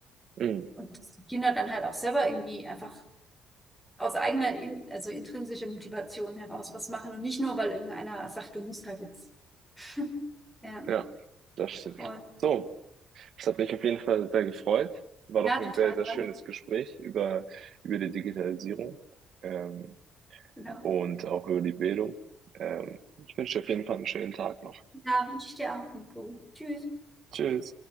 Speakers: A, on the right (about 50°); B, in the centre.
A: Mhm.
B: Und dass die Kinder dann halt auch selber irgendwie einfach aus eigener, in, also intrinsischer Motivation heraus was machen und nicht nur, weil irgendeiner sagt, du musst halt jetzt. <laughs> Ja,
A: Ja, das stimmt.
B: voll.
A: So, es hat mich auf jeden Fall sehr gefreut. War
B: Ja,
A: doch ein
B: total.
A: sehr, sehr
B: <laughs>
A: schönes Gespräch über, über die Digitalisierung ähm,
B: Genau.
A: und auch über die Bildung. Ähm, ich wünsche dir auf jeden Fall einen schönen Tag noch.
B: Ja, wünsche ich dir auch, Nico. Tschüss.
A: Tschüss.